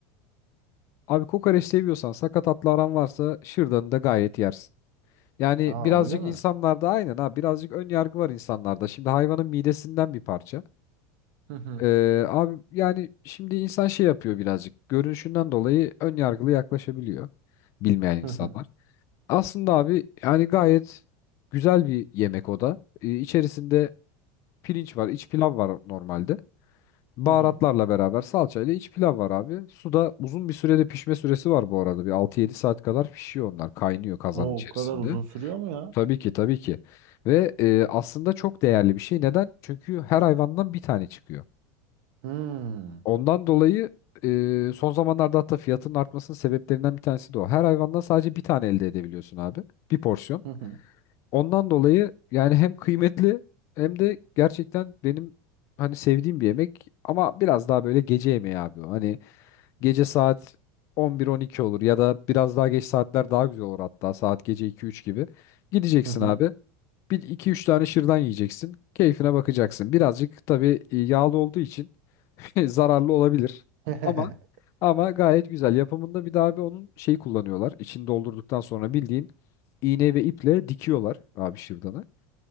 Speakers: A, on the left; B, on the right.
A: Abi kokoreç seviyorsan sakat atlı aran varsa şırdanı da gayet yersin. Yani
B: Aa
A: birazcık
B: öyle mi?
A: insanlarda aynen ha birazcık ön yargı var insanlarda. Şimdi hayvanın midesinden bir parça.
B: Hı hı.
A: Ee, abi yani şimdi insan şey yapıyor birazcık. Görünüşünden dolayı ön yargılı yaklaşabiliyor bilmeyen insanlar.
B: Hı hı,
A: Aslında abi yani gayet güzel bir yemek o da. Ee, içerisinde pirinç var, iç pilav var normalde. Baharatlarla
B: hı hı.
A: beraber salçayla iç pilav var abi. Suda uzun bir sürede pişme süresi var bu arada. Bir altı yedi saat kadar pişiyor onlar. Kaynıyor kazanın
B: O
A: içerisinde.
B: o kadar uzun sürüyor mu ya?
A: Tabii ki tabii ki. Ve e, aslında çok değerli bir şey. Neden? Çünkü her hayvandan bir tane çıkıyor.
B: Hmm.
A: Ondan dolayı e, son zamanlarda hatta fiyatının artmasının sebeplerinden bir tanesi de o. Her hayvandan sadece bir tane elde edebiliyorsun abi. Bir porsiyon.
B: Hı hı,
A: Ondan dolayı yani hem kıymetli hem de gerçekten benim hani sevdiğim bir yemek ama biraz daha böyle gece yemeği abi. o. Hani gece saat 11-12 olur ya da biraz daha geç saatler daha güzel olur hatta saat gece 2-3 gibi. Gideceksin
B: hı hı.
A: abi. Bir 2-3 tane şırdan yiyeceksin. Keyfine bakacaksın. Birazcık tabii e, yağlı olduğu için <laughs> zararlı olabilir.
B: <laughs>
A: Ama ama gayet güzel. Yapımında bir daha abi onun şey kullanıyorlar. İçini doldurduktan sonra bildiğin iğne ve iple dikiyorlar abi şırdanı.